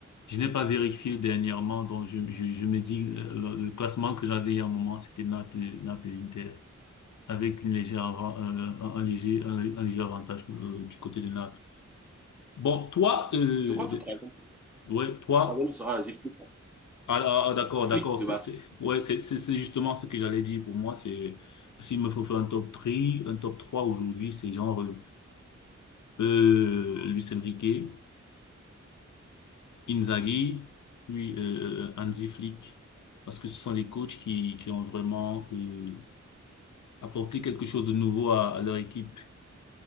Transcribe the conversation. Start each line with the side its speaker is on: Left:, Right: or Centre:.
Left: Je n'ai pas vérifié dernièrement, donc je, je, je me dis euh, le, le classement que j'avais il y a un moment, c'était Naples, Naples et Inter, avec une légère avant- euh, un, un léger un, un léger avantage euh, du côté de Naples. Bon, toi, euh,
Centre: Je crois que
Left: de-
Centre: le troisième
Left: ouais, toi,
Centre: troisième sera Hansi Flick, hein.
Left: ah, ah, ah, d'accord,
Centre: Flick
Left: d'accord,
Centre: de
Left: c'est,
Centre: basket.
Left: c'est, ouais, c'est, c'est c'est justement ce que j'allais dire. Pour moi, c'est s'il me faut faire un top 3, un top 3 aujourd'hui, c'est genre euh, euh, Luis Enrique. Inzaghi, puis euh, euh, Hansi Flick, parce que ce sont les coachs qui, qui ont vraiment euh, apporté quelque chose de nouveau à, à leur équipe.